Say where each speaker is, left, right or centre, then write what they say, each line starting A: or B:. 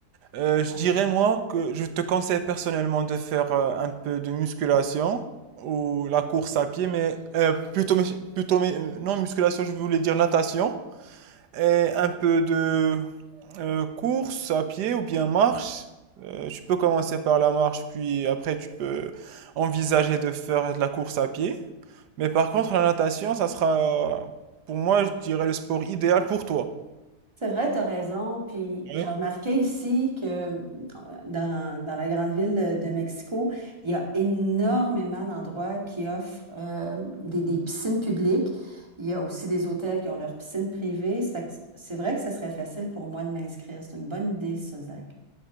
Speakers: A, on the right; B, on the right.
A: Euh, je dirais, moi, que je te conseille personnellement de faire euh, un peu de musculation ou la course à pied, mais euh, plutôt, mus- plutôt, mais, euh, non, musculation, je voulais dire natation. Et un peu de euh, course à pied ou bien marche. Euh, tu peux commencer par la marche, puis après tu peux envisager de faire de la course à pied. Mais par contre, la natation, ça sera, pour moi, je dirais le sport idéal pour toi.
B: C'est vrai, tu as raison. Puis j'ai
A: Ouais,
B: remarqué ici que euh, dans, dans la grande ville de, de Mexico, il y a énormément d'endroits qui offrent euh, des, des piscines publiques. Il y a aussi des hôtels qui ont leurs piscines privées. Ça fait que C'est vrai que ça serait facile pour moi de m'inscrire. C'est une bonne idée, ça, Zach.